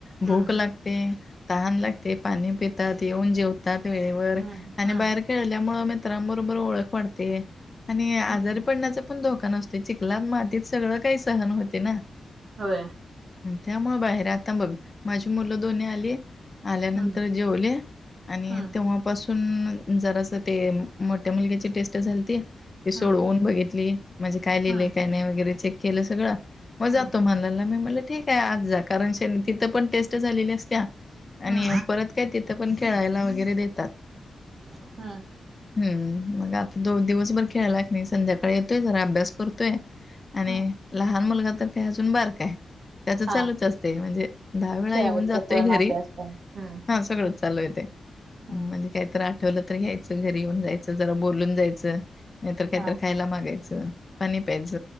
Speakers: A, on the left; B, on the right.
A: भूक
B: हम्म,
A: लागते. ते तहान लागते. पाणी पितात. येऊन जेवतात वेळेवर.
B: हम्म,
A: आणि
B: हम्म,
A: बाहेर खेळल्यामुळे मित्रांबरोबर ओळख वाढते. आणि आजारी
B: हम्म,
A: पडण्याच पण धोका नसते. चिकलात मातीत सगळं काही सहन होते ना.
B: होय.
A: त्यामुळ बाहेर, आता बघ माझी मुलं दोन्ही आली आल्यानंतर
B: हम्म,
A: जेवले आणि
B: हम्म,
A: तेव्हा पासून जरास ते मोठ्या मुलग्याची टेस्ट झालती ती सोडवून
B: हम्म,
A: बघितली. म्हणजे काय लिहिले
B: हम्म,
A: काय नाही वगैरे चेक केल सगळ. मग
B: हम्म,
A: जातो म्हणला. मी म्हणलं ठीक आहे. आज जा कारण तिथ पण टेस्ट झालेली असत्या. आणि
B: हम्म,
A: परत काय तिथं पण खेळायला वगैरे देतात.
B: हम्म
A: हम्म मग आता तो दिवसभर खेळला कि नाही संध्याकाळी येतोय. जरा अभ्यास करतोय. आणि
B: हम्म.
A: लहान मुलगा तर काय अजून बारका आहे. त्याच चालूच
B: हा
A: असते. म्हणजे दहा वेळा
B: खेळायचं
A: येऊन जातोय
B: पण
A: घरी.
B: अभ्यास हम्म
A: हा सगळंच चालू आहेे ते.
B: हम्म,
A: म्हणजे काही तरी आठवल तर घ्यायच. घरी येऊन जायच. जरा बोलून जायच. नाहीतर काहीतर
B: हा
A: खायला मागायच. पाणी प्यायच.